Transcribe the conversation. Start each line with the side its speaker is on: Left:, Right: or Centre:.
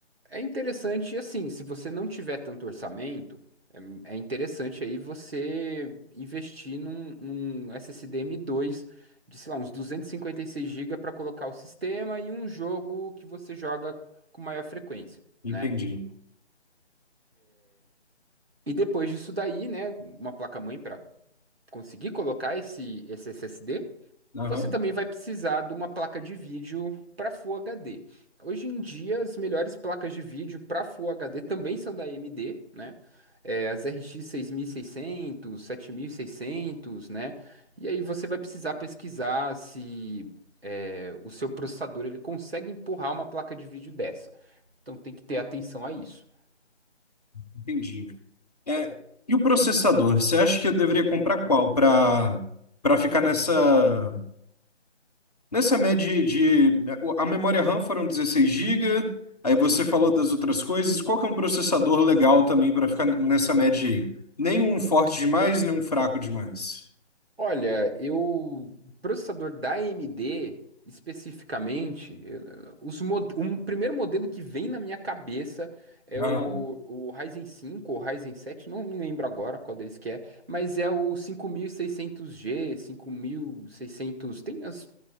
Right: É interessante, assim, se você não tiver tanto orçamento, é, é interessante aí você investir num, num SSD M2 de, sei lá, uns 256 GB para colocar o sistema e um jogo que você joga com maior frequência,
Left: Entendi.
Right: né? E depois disso daí, né, uma placa-mãe para conseguir colocar esse, esse SSD,
Left: Aham,
Right: você também vai precisar de uma placa de vídeo para Full HD. Hoje em dia, as melhores placas de vídeo para Full HD também são da AMD, né? É, as RX 6600, 7600, né? E aí você vai precisar pesquisar se é, o seu processador ele consegue empurrar uma placa de vídeo dessa. Então tem que ter atenção a isso.
Left: entendi. É, e o processador? Você acha que eu deveria comprar qual para para ficar nessa nessa média de a memória RAM foram 16 GB, aí você
Right: Uhum.
Left: falou das outras coisas. Qual que é um processador legal também para ficar nessa média aí? Nem um forte demais, nem um fraco demais.
Right: Olha, eu processador da AMD especificamente, eu- os mod- um primeiro modelo que vem na minha cabeça é
Left: Aham.
Right: o, o Ryzen cinco, ou Ryzen sete, não me lembro agora qual deles que é, mas é o cinco mil e seiscentos g 5600, tem as,